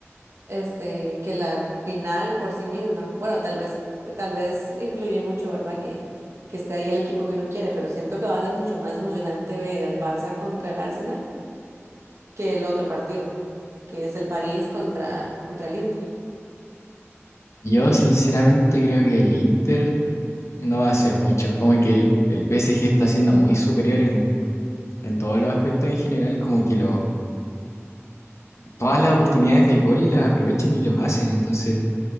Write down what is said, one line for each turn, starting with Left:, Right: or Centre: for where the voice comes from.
Right: este, que la final por sí misma. Bueno, tal vez, tal vez influye mucho, ¿verdad? Que, que esté ahí el equipo que uno quiere, pero siento que va a ser mucho más emocionante ver al Barça contra el Arsenal que el otro partido, que es el París contra, contra el Inter.
Left: Yo sinceramente creo que el Inter no va a hacer mucho, como que el, el PSG está siendo muy superior en, en todos los aspectos en general, como que lo, todas
Right: Ujú.
Left: las oportunidades de gol las aprovechan y los hacen, entonces,